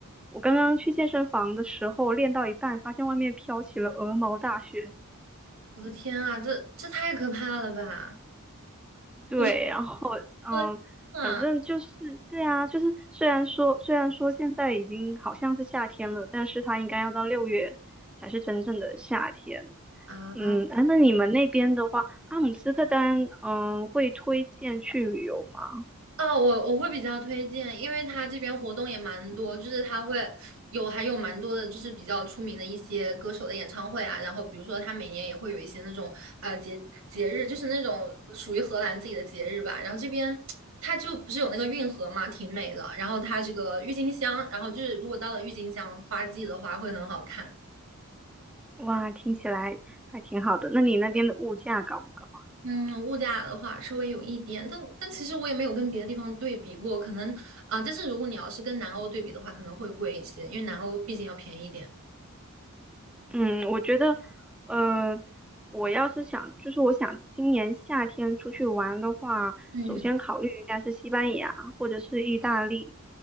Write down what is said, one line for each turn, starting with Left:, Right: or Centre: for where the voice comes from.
Centre: 我刚刚去健身房的时候练到一半，发现外面飘起了鹅毛大雪。
Right: 我的天啊，这这太可怕了吧！
Centre: 对，
Right: 我
Centre: 然后嗯，
Right: 我的天啊
Centre: 反正就是对啊，就是虽然说虽然说现在已经好像是夏天了，但是它应该要到六月才是真正的夏天。
Right: 啊！
Centre: 嗯，啊，那你们那边的话，阿姆斯特丹，嗯，会推荐去旅游吗？
Right: 哦，我我会比较推荐，因为它这边活动也蛮多，就是它会有还有蛮多的，就是比较出名的一些歌手的演唱会啊。然后比如说，它每年也会有一些那种呃节节日，就是那种属于荷兰自己的节日吧。然后这边它就不是有那个运河嘛，挺美的。然后它这个郁金香，然后就是如果到了郁金香花季的话，会很好看。
Centre: 哇，听起来还挺好的。那你那边的物价高不高啊？
Right: 嗯，物价的话稍微有一点，但我但其实我也没有跟别的地方对比过，可能啊、但是如果你要是跟南欧对比的话，可能会贵一些，因为南欧毕竟要便宜一点。
Centre: 嗯，我觉得，呃，我要是想，就是我想今年夏天出去玩的话，
Right: 嗯，
Centre: 首先考虑应该是西班牙或者是意大利。